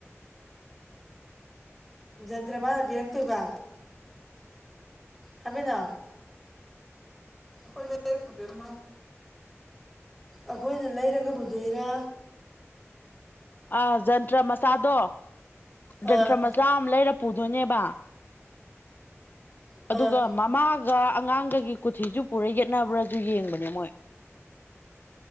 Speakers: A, in the centre; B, on the left.
A: ꯖꯟꯇ꯭ꯔ ꯃꯥꯅ ꯄꯤꯔꯛꯇꯣꯏꯕ ꯍꯥꯏꯕꯤꯗ ꯑ ꯂꯩ ꯄꯨꯖꯔꯃ ꯑꯩꯈꯣꯏꯅ ꯂꯩꯔꯒꯕꯨꯗꯣꯏꯔꯥ
B: ꯑꯥ ꯖꯟꯇ꯭ꯔ ꯃꯆꯥꯗꯣ ꯖꯟꯇ꯭ꯔ
A: ꯑꯥ
B: ꯃꯆꯥ ꯑꯃ ꯂꯩꯔ ꯄꯨꯗꯣꯏꯅꯦꯕ
A: ꯑꯥ
B: ꯑꯗꯨꯒ ꯃꯃꯥꯒ ꯑꯗꯨꯒ ꯑꯉꯥꯡꯒꯒꯤ ꯀꯣꯊꯤꯁꯨ ꯄꯨꯔ ꯌꯦꯠꯅꯕ꯭ꯔꯁꯨ ꯌꯦꯡꯕꯅꯦ ꯃꯣꯏ